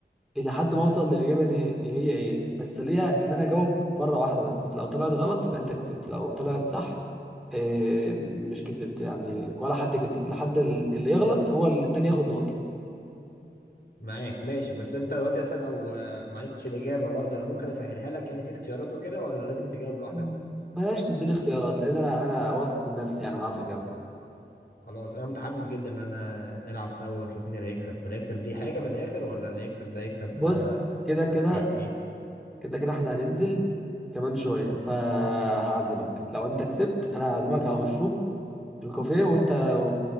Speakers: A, in the centre; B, on the left.
A: الى حد ما اوصل للاجابه دي هي هي ايه بس اللي هي ان انا اجاوب مره واحده بس لو طلعت غلط يبقى انت كسبت لو طلعت صح إيه مش كسبت يعني ولا حد كسب لحد ال- اللي يغلط هو اللي التاني ياخد نقطه
B: معاك ماشي بس انت دلوقتي اصلا لو آه، ما عرفتش الاجابه برضه انا ممكن اسهلها لك يعني في اختيارات وكده ولا لازم تجاوب لوحدك
A: مم. بلاش تديني اختيارات لان انا انا واثق من نفسي يعني هعرف اجاوب
B: خلاص انا متحمس جدا ان انا نلعب سوا ونشوف مين اللي هيكسب اللي هيكسب ليه حاجه في الاخر ولا اللي هيكسب ده يكسب
A: بص
B: آه،
A: كده كده
B: ايه
A: كده كده احنا هننزل كمان شوية فهعزمك لو انت كسبت انا هعزمك على مشروب في الكافيه وانت و...